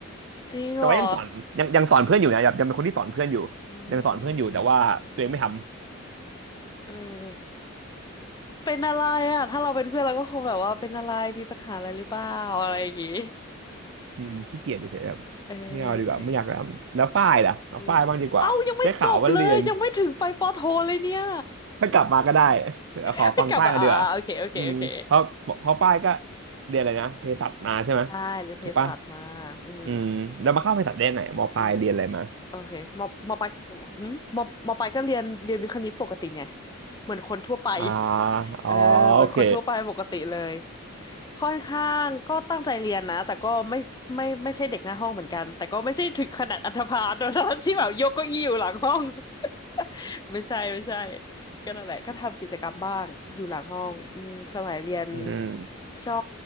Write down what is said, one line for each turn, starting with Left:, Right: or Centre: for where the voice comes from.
Left: จริงเหรอ
Right: แต่ว่ายังสอนยังยังสอนเพื่อนอยู่นะแบบยังเป็นคนที่สอนเพื่อนอยู่
Left: อื
Right: ยังสอนเพื่อนอยู่แต่ว่าตัวเองไม่ทำ
Left: มเออเป็นอะไรอ่ะ ถ้าเราเป็นเพื่อนเราก็คงแบบว่าเป็นอะไรมีปัญหาอะไรหรือเปล่าอะไรอย่างงี้
Right: อืมขี้เกียจเฉยๆครับ
Left: เออ
Right: ไม่เอาดีกว่าไม่อยากทำแล้วฝ้ายล่ะเอาฝ้ายบ้างดีกว่าได้ข่าวว่าเรียน
Left: เอออืมเอ้ายังไม่จบเลยยังไม่ถึงไปปอโทเลยเนี่ย
Right: ถ้ากลับมาก็ได้ <laughs> ขอฟังป้ายมาเดือ
Left: ค่อยกลับมาอ่าโอเคโอเคโอเค
Right: อืมเพราะเพราะป้ายก็เรียนอะไรนะเภสัชมาใช่ไหม
Left: ใช่เรียนเภสัชมาอืม
Right: ถูกปะอืมแล้วมาเข้าเภสัชได้ไหนมปลายเรียนอะไรมา
Left: อืมโอเคมอมอปลายอืมมอมอปลายก็เรียนเรียนวิทย์คณิตปกติไงเหมือนคนทั่วไป
Right: อ่าอ๋อโอเค
Left: เออเหมือนคนทั่วไปปกติเลยค่อนข้างก็ตั้งใจเรียนนะแต่ก็ไม่ไม่ไม่ใช่เด็กหน้าห้องเหมือนกันแต่ก็ไม่ใช่ถึงขนาดอันธพาลนะที่แบบยกเก้าอี้อยู่หลังห้อง <laughs> ไม่ใช่ไม่ใช่ก็นั่นแหละก็ทำกิจกรรมบ้างอยู่หลังห้องอืมสมัยเรียน
Right: อืม
Left: ชอ